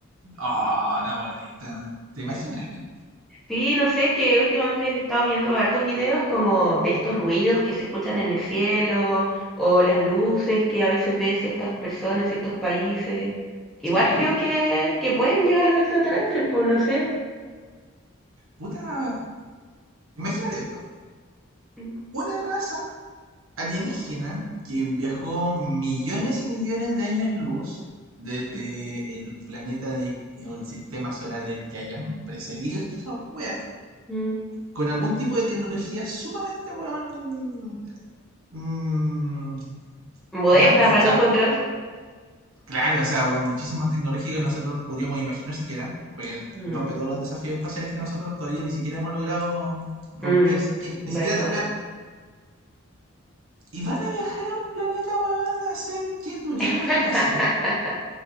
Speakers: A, on the right; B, in the centre.
A: ah la voladita. ¿Te imaginas, eh?
B: Sí, no sé, es que últimamente he estado viendo hartos videos como de estos ruidos que se escuchan en el cielo o las luces que a veces ve ciertas personas, ciertos países. Igual
A: Sí.
B: creo que, que pueden llegar los extraterrestres, pues no sé.
A: Puta. Imagínate esto.
B: Mm,
A: Una raza alienígena que viajó millones y millones de años luz desde
B: mm.
A: el planeta de- o el sistema solar del que hayan precedido esa wea,
B: mm.
A: con algún tipo de tecnología sumamente, weón. mm,
B: Moderna
A: más,
B: para
A: o
B: nosotros.
A: sea, Claro, o sea, bueno, muchísima tecnología que nosotros podríamos imaginar siquiera, porque
B: Mm,
A: rompe todos los desafíos espaciales que nosotros todavía ni siquiera hemos logrado romper,
B: mm,
A: siquiera- ni
B: ¿verdad?
A: siquiera tocar. ¿Y van a viajar a un planeta, weón, a hacer qué turismo
B: <laughs>
A: espacial?